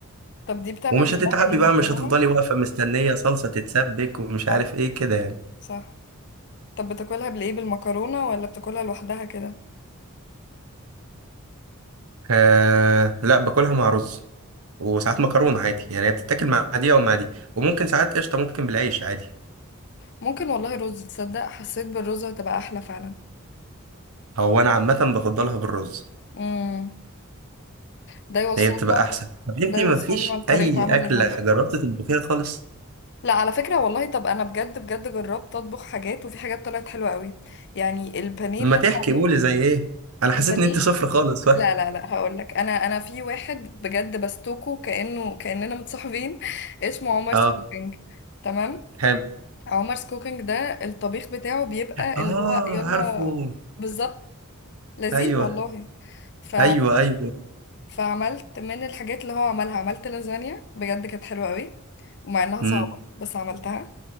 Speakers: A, on the left (about 55°); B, on the right (about 85°).
A: طب دي بتعمل
B: ومش
A: جنبها
B: هتتعبي
A: ايه
B: بقى
A: مكرونة
B: مش هتفضلي واقفة مستنية صلصة تتسبك ومش
A: صح
B: عارف إيه كده يعني
A: صح طب بتاكلها بالايه بالمكرونة ولا بتاكلها لوحدها كده
B: آه لا باكلها مع رز وساعات مكرونة عادي يعني هي بتتاكل مع دي أو مع دي وممكن ساعات قشطة ممكن بالعيش عادي
A: ممكن والله رز تصدق حسيت بالرز هتبقى أحلى فعلا
B: هو أنا عامة بفضلها بالرز
A: مم. ده يوصلنا
B: هي بتبقى أحسن طب أنتي
A: ده يوصلنا
B: مفيش
A: لطريقة
B: أي
A: عمل
B: أكلة
A: الرز
B: جربت تطبخيها خالص؟
A: لا على فكرة والله طب انا بجد بجد جربت اطبخ حاجات وفي حاجات طلعت حلوة قوي يعني البانيه
B: لما
A: اللي
B: تحكي
A: انا بعمله
B: قولي زي إيه؟ انا حسيت
A: البانيه
B: ان انت صفر خالص <laughs>
A: لا لا لا هقول لك انا انا في واحد بجد بستوكه كأنه كأننا متصاحبين <laughs> اسمه عمر
B: اه
A: كوكينج تمام
B: حلو
A: عمر كوكينج ده الطبيخ بتاعه بيبقى
B: اه
A: اللي هو يلا
B: عارفه
A: بالظبط لذيذ
B: ايوه
A: والله ف...
B: ايوه ايوه
A: فعملت من الحاجات اللي هو عملها عملت لازانيا بجد كانت حلوة قوي ومع انها
B: امم
A: صعبة بس عملتها